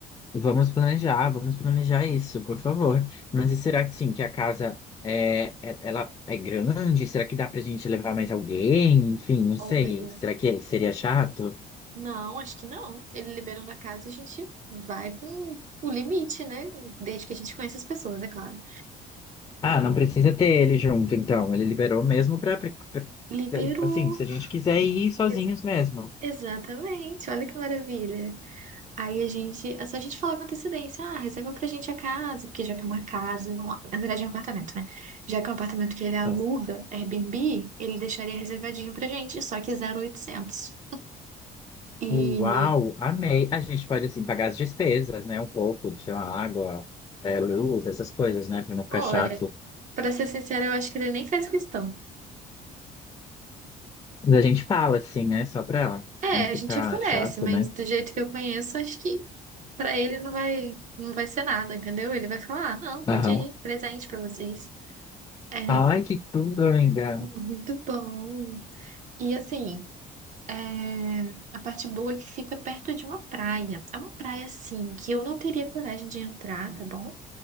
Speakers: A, on the left; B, on the right.
A: Vamos planejar, vamos planejar isso, por favor. Mas e será que sim, que a casa é, é- ela é grande? Será que dá pra gente levar mais alguém? Enfim, não sei.
B: Olha,
A: Será que seria chato?
B: não, acho que não. Ele liberando a casa, a gente vai com o limite, né? Desde que a gente conheça as pessoas, é claro.
A: Ah, não precisa ter ele junto, então. Ele liberou mesmo pra, pra- pra-
B: Liberou.
A: assim, se a gente quiser ir sozinhos
B: Ex-
A: mesmo.
B: exatamente, olha que maravilha. Aí a gente, é só a gente falar com antecedência, ah, reserva pra gente a casa, porque já que é uma casa, um- na verdade é um apartamento, né? Já que é um apartamento que ele aluga,
A: Ah,
B: Airbnb, ele deixaria reservadinho pra gente, só que zero mil e oitocentos E,
A: Uau, amei. A gente pode, assim, pagar as despesas, né? Um pouco, sei lá, água, é, luz, essas coisas, né? Pra não ficar
B: olha,
A: chato.
B: pra ser sincera, eu acho que ele nem faz questão.
A: Mas a gente fala, assim, né? Só pra
B: É,
A: não
B: a
A: ficar
B: gente oferece,
A: chato,
B: mas
A: né?
B: do jeito que eu conheço, acho que pra ele não vai, não vai ser nada, entendeu? Ele vai falar, ah, não,
A: Aham.
B: pode ir, presente pra vocês. É
A: Ai, que tudo, amiga.
B: muito bom. E assim. É, a parte boa é que fica perto de uma praia. É uma praia, assim, que eu não teria coragem de entrar, tá bom?